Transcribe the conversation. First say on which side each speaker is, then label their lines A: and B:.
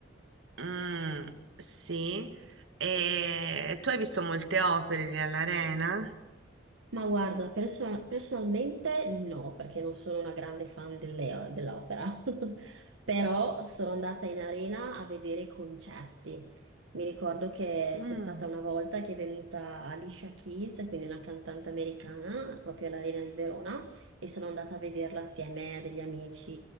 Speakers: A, on the right; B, on the right.
A: mm, sì, e tu hai visto molte opere lì all'Arena?
B: Ma guarda, perso- personalmente no, perché non sono una grande fan delle- dell'opera, <laughs> però sono andata in arena a vedere i concerti. Mi ricordo che
A: Mm,
B: c'è stata una volta che è venuta Alicia Keys, quindi una cantante americana, proprio all'Arena di Verona, e sono andata a vederla assieme a degli amici